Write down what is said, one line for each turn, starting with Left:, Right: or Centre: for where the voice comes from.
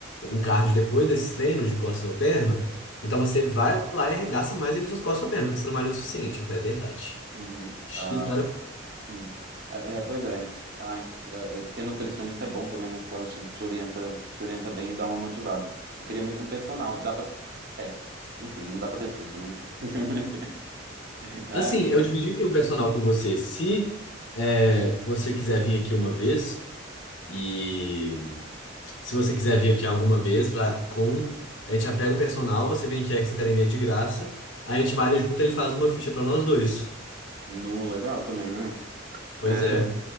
Left: um cardio depois desses treinos de costas ou perna, então você vai lá e arregaça mais ainda suas costas ou pernas, porque você não malhou o suficiente. Eu falei, é verdade.
Right: Uhum.
Left: X
Right: Ah, hum. É, é, pois é. Ai, é, é, ter nutricionista é bom também, né? Porque ela te, te orienta, te orienta bem e dá uma motivada. Eu queria muito um personal. Dá pra. É, enfim, não dá pra ter tudo, né? <laughs> Ai,
Left: Assim, eu dividiria o personal com você. Se é, você quiser vir aqui uma vez, e se você quiser vir aqui alguma vez, pra, com, a gente já pega um personal, você vem aqui a essa academia é de graça, a gente malha junto, ele faz uma ficha pra nós dois.
Right: nu, legal também, né?
Left: Pois
Right: É,
Left: é.